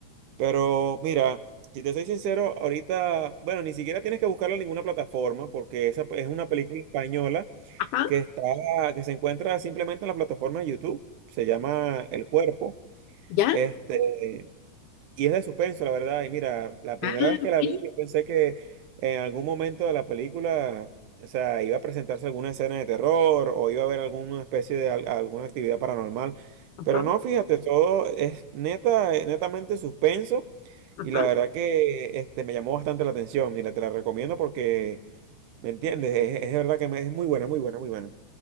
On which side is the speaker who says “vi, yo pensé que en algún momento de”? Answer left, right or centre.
Right